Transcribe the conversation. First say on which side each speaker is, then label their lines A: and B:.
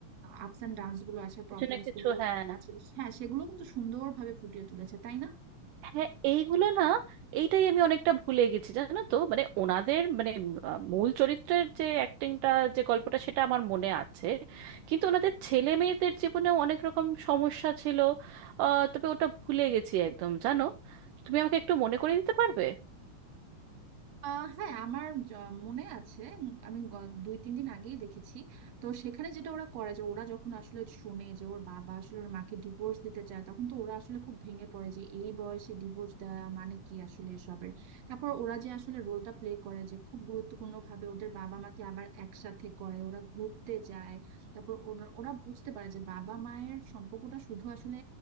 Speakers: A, on the right; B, on the right.
A: আপস এন্ড ডাউনস গুলো আছে
B: কিছু
A: প্রবলেমস
B: না কিছু
A: গুলো
B: হ্যাঁ
A: আছে হ্যাঁ সেগুলো কিন্তু সুন্দরভাবে ফুটিয়ে তুলেছে তাই না
B: হ্যাঁ এইগুলো না এইটাই আমি অনেকটা ভুলে গেছি জানো তো মানে ওনাদের মানে আহ, মূল চরিত্রের যে অ্যাক্টিংটা যে গল্পটা সেটা আমার মনে আছে কিন্তু ওনাদের ছেলে মেয়েদের জীবনেও অনেক রকম সমস্যা ছিল আহ, তবে ওটা ভুলে গেছি একদম জানো তুমি আমাকে একটু মনে করে দিতে পারবে
A: আহ হ্যাঁ আমার য- মনে আছে উম, আমি গ- দুই তিন দিন আগেই দেখেছি তো সেখানে যেটা ওরা করে যে ওরা যখন আসলে শুনে যে ওর বাবা আসলে ওর মাকে ডিভোর্স দিতে চায় তখন তো ওরা আসলে খুব ভেঙে পড়ে যে এই বয়সে ডিভোর্স দেওয়া মানে কি আসলে এসবের তারপর ওরা যে আসলে রোলটা প্লে করে যে খুব গুরুত্বপূর্ণ ভাবে ওদের বাবা মাকে আবার একসাথে করে ওরা ঘুরতে যায় তারপর ওরা ওরা বুঝতে পারে যে বাবা মায়ের সম্পর্কটা শুধু আসলে